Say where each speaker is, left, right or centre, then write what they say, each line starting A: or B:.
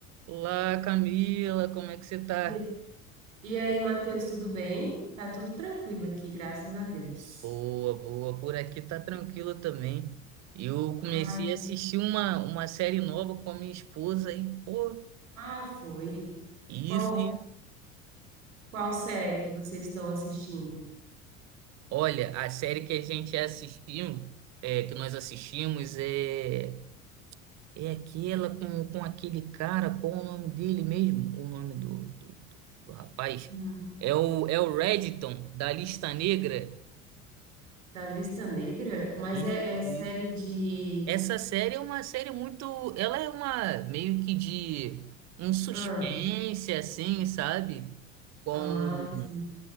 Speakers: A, on the right (about 40°); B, on the right (about 70°).
A: Olá, Camila, como é que você tá?
B: E e aí, Matheus, tudo bem? Tá tudo tranquilo aqui, graças a Deus.
A: Boa, boa, por aqui tá tranquilo também. Eu comecei
B: Ai, que-
A: a assistir uma, uma série nova com a minha esposa e, pô,
B: ah, foi.
A: isso,
B: Qual,
A: isso.
B: qual série que vocês estão assistindo?
A: Olha, a série que a gente assistiu, é, que nós assistimos é, é aquela com, com aquele cara, qual o nome dele mesmo? O nome do, do, do, do rapaz?
B: Uhum.
A: É o, é o Reddington da Lista Negra.
B: Da Lista Negra? Mas
A: Isso,
B: é, é série
A: isso.
B: de.
A: Essa série é uma série muito. Ela é uma meio que de um suspense,
B: Ah,
A: assim, sabe? Com,
B: ah, sim.